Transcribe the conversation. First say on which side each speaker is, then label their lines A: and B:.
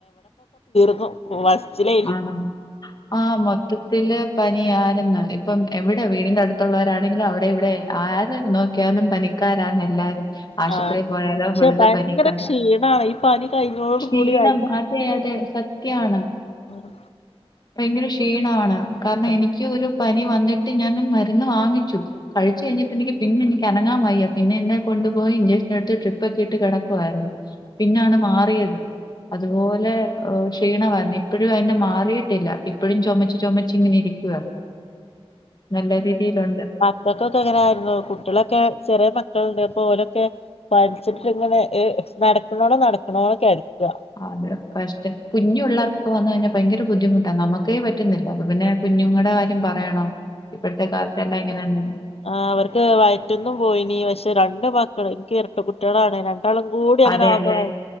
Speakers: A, on the left (about 75°); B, on the left (about 40°).
A: <unintelligible> വസ്റ്റ് ലെ
B: ആണോ ആഹ് മത്ത്‌ ട്ടിലെ പനി ആനെന്ന് ഇപ്പം എവിടെ വീടിന്റെ അടുത്തുള്ളോരാണെങ്കിലും അവിടെ ഇവിടെ ആര് നോ ക്യാലും പനിക്കാരാന്ന് എല്ലാരും ആശുപത്രി
A: ആഹ്
B: പോയാലും
A: പക്ഷെ
B: ഫുള്ള്
A: ഭയങ്കര
B: പനിക്കാനാ
A: ക്ഷീണാണ് ഈ പനി കഴിഞ്ഞോട്
B: ക്ഷീണം
A: കൂടി ഭയങ്കര
B: അതെ അതെ സത് ത്യാണ്
A: ആഹ്
B: ഭയങ്കര ക്ഷീണവാണ് കാരണം
A: ആഹ്
B: എനിക്ക് ഒരു പനി വന്നിട്ട് ഞാന് മരുന്ന് വാങ്ങിച്ചു കഴിച്ചു കഴിഞ്ഞിട്ട് എനിക്ക് പിന്നെ എനിക്ക് അനങ്ങാൻവയ്യ പിന്നെ എന്നെ കൊണ്ടുപോയി ഇഞ്ചക്ഷൻ എടുത്ത് ട്രിപ്പക്കെ ഇട്ട് കിടക്കുവായിരുന്നു പിന്നാണ് മാറിയത് അതുപോലെ ക്ഷീണമാന്നി ഇപ്പൊഴും അങ്ങനെ മാറിയിട്ടില്ല ഇപ്പോഴും ചൊമച് ചൊമച്ച് ഇങ്ങനെ ഇരിക്കുവ നല്ല രീതിയിലുണ്ട്
A: ഇവക്കൊക്കെ അങ്ങനെ ആയിരുന്നു കുട്ട്യേളൊക്കെ ചെറിയ മക്കളുണ്ട് അപ്പൊഓലൊക്കെ പൻച്ചിട്ട് ഇങ്ങനെ നടക്കണോടം നടക്കണോടം കെടക്കാ
B: അതെയോ കഷടം കുഞ്ഞു പിള്ളാർക്കൊക്കെ വന്ന്കഴിഞ്ഞാ ഭയങ്കര ബുദ്ധിമുട്ടാ നമക്കേ പറ്റുന്നില്ല അപ്പ പിന്നെ കുഞ്ഞുങ്ങടെ കാര്യം പറയണോ ഇപ്പോഴത്തെ കാലത്തെല്ലാം എങ്ങനെയുണ്ടെന്ന്
A: ആഹ് അവർക്ക് വയറ്റ്ന്നും പോയിനീ പക്ഷെ രണ്ട് മക്കള് ഇന്ക്ക് ഇരട്ട കുട്ടിയാളാണ് രണ്ട് ണ്ടാളും കൂടി അങ്ങനെ
B: അതെയല്ലേ
A: ആവുമ്പോ ഭയ